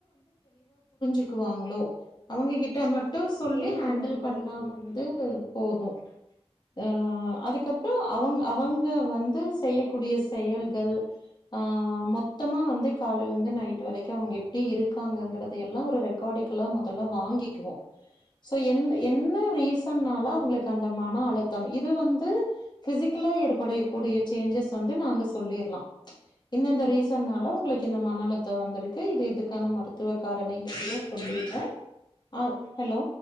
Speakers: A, on the left (about 40°); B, on the right (about 75°).
A: க்குவாங்ளோ அவங்க கிட்ட மட் டு சொல்லி
B: புரியுது
A: ஹேண்டில்
B: மேம் புரியுது
A: பண்ணா வந்து போது அ அதுக்கப்புற அவங் அவங்க வந்து செய்யக்கூடிய செயல்கள் ஆ மொத்தமா வந்து காலைல இருந்து நைட் வரைக்கு அவங்க எப்டி இருக்காங்கங்கறது எல்லா ஒரு ரெக்காடிகலா மொதல்ல வாங்கிக்குவோ சோ எந் என்ன ரீசன்னால அவங்களுக்கு அந்த மன அழுத்தம் இது வந்து ஃபிசிகலா ஏற்படக்கூடிய சேஞ்சஸ் வந்து நாங்க சொல்லிர்லா இந்தந்த ரீசன்னால உங்களுக்கு இந்த மன அழுத்த வந்திருக்கு இது இதுக்கான மருத்துவ காரணிங்கறதயு சொல்லிருவ ஆ ஹலோ